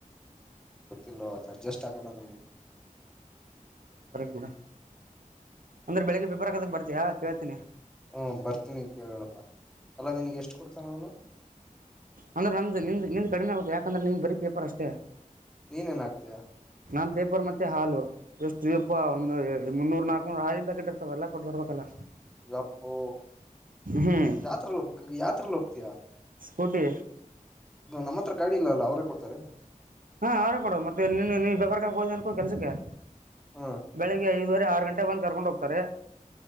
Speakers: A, in the centre; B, on the right.
A: ಇಲ್ಲೋ ಅಡ್ಜೆಸ್ಟ್ ಆಗಲ್ಲ ನಂಗೆ
B: ಕೂಡ ಅಂದ್ರೆ ಬೆಳಿಗ್ಗೆ ಪೇಪರ್ ಹಾಕೋದಕ್ಕೆ ಬರ್ತಿಯಾ ಕೇಳ್ತೀನಿ
A: ಹ್ಮ ಬರ್ತೀನಿ ಕೇಳಪ್ಪ ಅಲ್ಲ ನಿನಗ್ ಎಷ್ಟು ಕೊಡ್ತಾನ ಅವ್ನು
B: ಅಂದ್ರೆ ನಮ್ದ ನಿಂದ್ ನಿಂದ್ ಕಡಿಮೆ ಆಗುತ್ತೆ ಯಾಕ್ ಂದ್ರೆ ನಿಂದ್ ಬರೀ ಪೇಪರ್ ಅಷ್ಟೇ
A: ನೀನೇನ್ ಹಾಕ್ತಿಯ
B: ನ ಪೇಪರ್ ಮತ್ತೆ ಹಾಲು ಎಷ್ಟೀ ಪಾ ಒಂದು ಮುನ್ನೂರು ನಾಲ್ಕ್ನೂರು ಹಾಲಿಂದ ಪಾಕೀಟ್ ಇರ್ತಾವಲ್ಲ ಕೊಟ್ಟು ಬರ್ಬೇಕಲ್ಲ
A: ಎಪ್ಪೋ
B: ಹ್ಮ್
A: ಯಾತ್ರ ಯಾತ್ರಲ್ಲ ಹೋಗ್ತೀಯಾ
B: ಸ್ಕೂಟಿ
A: ನಮ್ಮ ಹತ್ರ ಗಾಡಿ ಇಲ್ಲ ಅಲ್ಲ ಅವರೇ ಕೊಡ್ತಾರೇನ
B: ಹಾ ಅವ್ರೇ ಕೊಡ ಮತ್ತೆನ್ನ ನೀವ ಬೇಕಾರ್ ಹೋನಕೂ ಕೆಲ್ಸಕ್ಕೆ
A: ಹ್ಮ್
B: ಬೆಳಿಗ್ಗೆ ಐ ದುವರೆ ಆರು ಗಂಟೆ ಬಂದ್ ಕರ್ಕೊಂಡ್ ಹೋಗ್ತಾರೆ